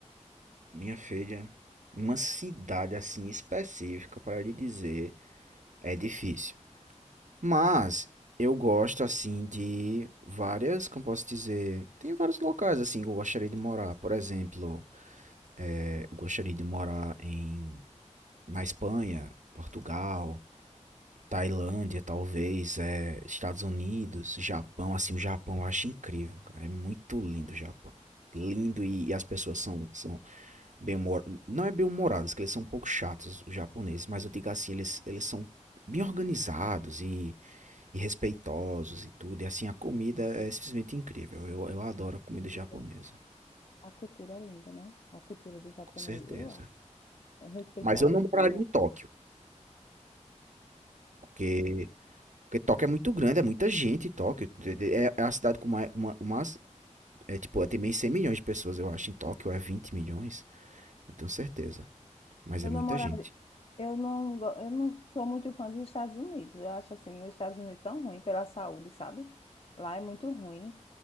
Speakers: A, on the right; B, on the left.
A: Minha filha, uma cidade assim específica para lhe dizer é difícil. Mas eu gosto assim de várias, como posso dizer, tem vários locais assim que eu gostaria de morar. Por exemplo, eh, eu gostaria de morar em na Espanha, Portugal, Tailândia, talvez, eh, Estados Unidos, Japão. Assim, o Japão eu acho incrível, cara. É muito lindo o Japão. Lindo e, e as pessoas são, são bem humor... Não é bem humorados, que eles são um pouco chatos, os japoneses, mas eu digo assim, eles, eles são bem organizados e, e respeitosos e tudo. E assim, a comida é simplesmente incrível. Eu, eu adoro a comida
B: Cultura.
A: japonesa,
B: A cultura é linda, né? A cultura do japonês,
A: com certeza.
B: eu acho. É respeitar
A: Mas eu não
B: o idoso.
A: moraria em Tóquio, porque, porque Tóquio é muito grande, é muita gente em Tóquio. É é a cidade com mais, uma, uma, é tipo, é, tem meio 100 milhões de pessoas, eu acho. Em Tóquio é 20 milhões, eu tenho certeza. Mas
B: Eu
A: é muita
B: não morava,
A: gente.
B: eu não, go- eu não sou muito fã dos Estados Unidos. Eu acho assim, os Estados Unidos tão ruim pela saúde, sabe? Lá é muito ruim